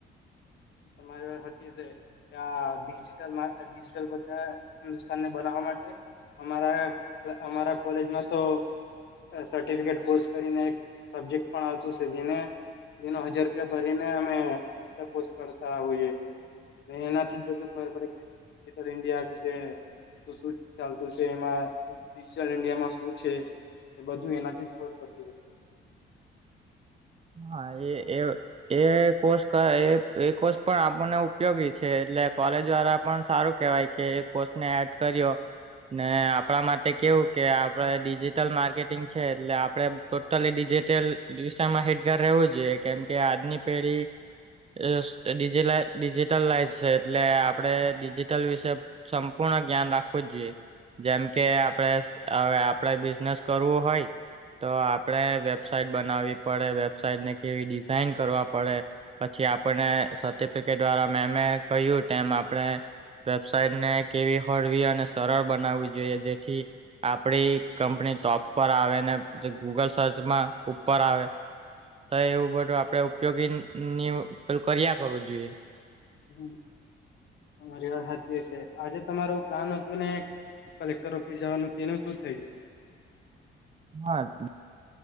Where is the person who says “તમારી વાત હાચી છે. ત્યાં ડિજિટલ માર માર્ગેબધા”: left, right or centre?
Left